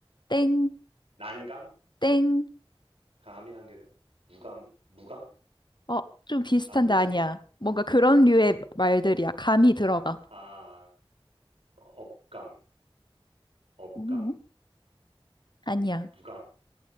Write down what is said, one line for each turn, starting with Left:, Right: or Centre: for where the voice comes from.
Left: 땡,
Right: 난감?
Left: 땡.
Right: 감이 한 개, 무감? 무감?
Left: 어, 좀 비슷한데
Right: 아, 뭐지?
Left: 아니야. 뭔가 그런 류의 말들이야. 감이 들어가.
Right: 아, 업감, 업감,
Left: 음. 아니야.
Right: 음, 무감,